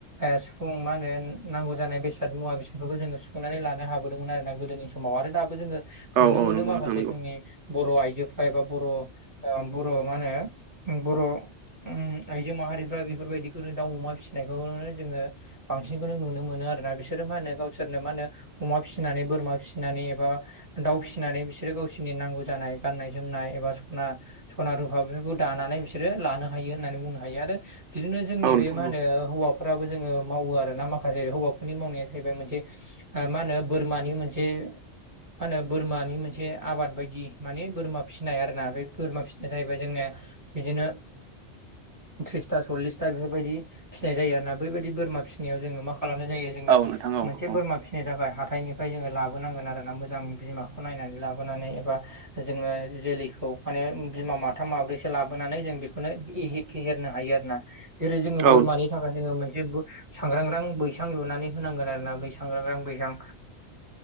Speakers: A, on the right (about 20°); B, on the right (about 75°).
A: ओ सुफुं मा होनो नांगौ जानाय बेसाद मुवा बेसादफोरखौ जोङो सुुंफुंनानै लानो हाबोदोंमोन आरोना गोदोनि समाव आरो दाबो जोङो
B: औ
A: नुनो
B: औ
A: मोनो
B: नंगौ
A: माखासे
B: नोंथां नंगौ
A: जोंनि बर' आइजोफ्रा एबा बर' ओ बर' मा होनो बर' उम आइजो माहारिफ्रा बेफोरबायदिखौनो दाउ अमा फिसिनायखौनो जोङो बांसिनखौनो नुनो मोनो आरोना बिसोरो मा होनो गावसोरनो मा होनो अमा फिसिनानै बोरमा फिसिनानै एबा दाउ फिसिनानै बिसोर गावसोरनि नांगौ जानाय गाननाय जोमनाय एबा सना सना रुफा बेफोरखौ दानानै बिसोर बिसोरो लानो हायो होननानै बुंनो हायो आरो बिदिनो जोंनि
B: औ नोंथां
A: बे मा होनो
B: औ
A: ओ हौवाफोराबो जोङो मावो आरोना माखासे हौवाफोरनि मावनाया जाहैबाय मोनसे मा होनो बोरमानि मोनसे मा होनो बोरमानि मोनसे आबाद बायदि माने बोरमा फिसिनाय आरोना बे बोरमा फिसिनाया जाहैबाय जोंनिया बिदिनो थ्रिसथा सल्लिसथा बेफोरबायदि फिथाय जायो आरोना बैबायदि बोरमा फिसिनायाव जोङो मा खालामनाय जायो जोङो
B: औ नोंथां औ
A: मोनसे
B: औ
A: बोरमा फिनो थाखाय हाथाइनिफ्राय जोङो लाबोनांगोन आरोना मो मोजां बिमाखौ नायनानै लाबोनानै एबा जोङो जोलैखौ माने बिमा माथाम माब्रैसो लाबोनानै जों बेखौ माने एहे फेहेरनो हायो आरोना जेरै जोङो
B: औ
A: बोरमानि
B: नोंथां औ
A: थाखाय जोङो मोनसे बो सांग्रांग्रां बैसां लुनानै होनांगोन आरोना बै सांग्रांग्रां बैसां